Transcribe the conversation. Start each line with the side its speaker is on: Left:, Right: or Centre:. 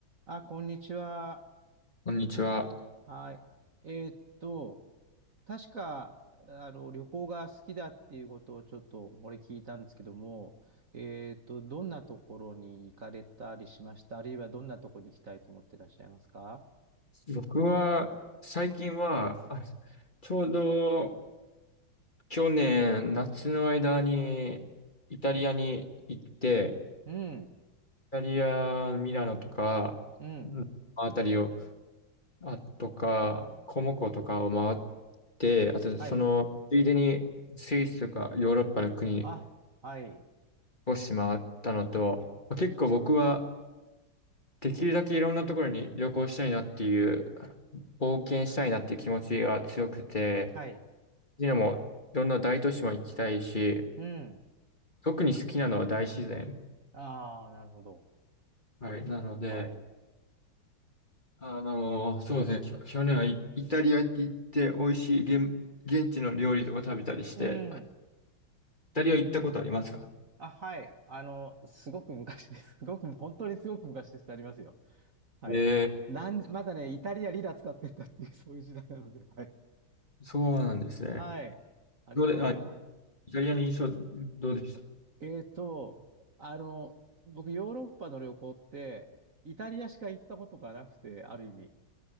Right: あ、こんにちは。
Left: こんにちは。
Right: はい。えーっと、確か、あの、旅行が好きだっていうことをちょっと、これ聞いたんですけども、えーっと、どんなところに行かれたりしましたあるいはどんなところに行きたいと思ってらっしゃいますか
Left: 僕は、最近は、あ、ちょうど去年夏の間にイタリアに行って、
Right: うん、
Left: イタリア、ミラノとか、
Right: うん、
Left: うんあたりを、あとか、コモコとかを回って、あとその、
Right: はい。
Left: ついでにスイスとかヨーロッパの国
Right: あ、はい、
Left: 少し回ったのと、まあ結構僕はできるだけいろんなところに旅行したいなっていう、冒険したいなっていう気持ちが強くて、
Right: はい。
Left: ジナもいろんな大都市も行きたいし、
Right: うん。
Left: 特に好きなのは大自然。
Right: ああ、なるほど。
Left: はい。なので、
Right: はい。
Left: あのーそうですね、きょ去年はイ、イタリア行って美味しい現、現地の料理とか食べたりして、
Right: うん。
Left: イタリア行ったことありますか
Right: あ、はい。あの、すごく昔です。<laughs> すごく、本当にすごく昔です。ありますよ。はい。
Left: え
Right: なん、まだね、イタリアリラ使ってたっていう、<laughs> そういう時代なので。はい。
Left: ー、そうなんですね。
Right: はい。ありますよ。
Left: どうで、あ、イタリアの印象どうでした
Right: えっと、あの、僕、ヨーロッパの旅行って、イタリアしか行ったことがなくて、ある意味。